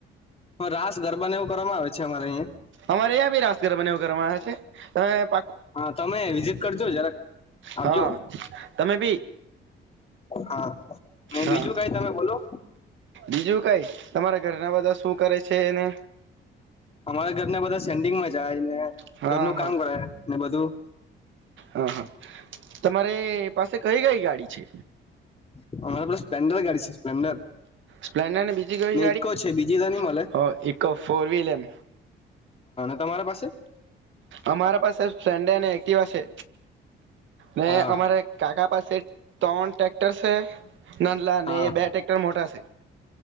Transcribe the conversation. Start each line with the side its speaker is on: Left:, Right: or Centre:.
Left: હું રાસ ગરબાને એવું કરવામાં આવે છે. અચછા અમારે અહીયા.
Right: અમારે અ્યાં ભી રાસગરબાને એવું કરવાના છે. <unintelligible>
Left: હા તમે વિઝિટ કરજો જરાક આવજો
Right: હા તમે બી
Left: હા. ને
Right: હા,
Left: બીજું કઈ તમે બોલો
Right: બીજું કઈ તમારા ઘરના બધા શું કરે છે એને
Left: અમારા ઘર બધા સેન્ડિંગમાં જાય ને
Right: હા
Left: ઘરનું કામ
Right: હા
Left: કરે ને બધું
Right: હા હા તમારે પાસે કઈ, કઈ ગાડી છે?
Left: <unintelligible> અમારે બસ સ્પ્લેન્ડર ગાડી છે સ્પ્લેન્ડર
Right: સ્પ્લેન્ડર બીજી કઈ
Left: ને ઈકો છે બીજી તો ની મલે
Right: ગાડી એક ફોર વ્હીલ એમ
Left: તમારા પાસે
Right: અમારા પાસે ફન્ડે અને એક્ટિવા છે. ને
Left: હા
Right: અમારે કાકા પાસે ત્રણ ટ્રેક્ટર છે. નાનલા
Left: હા
Right: ને એ બે ટ્રેક્ટર મોટા છે.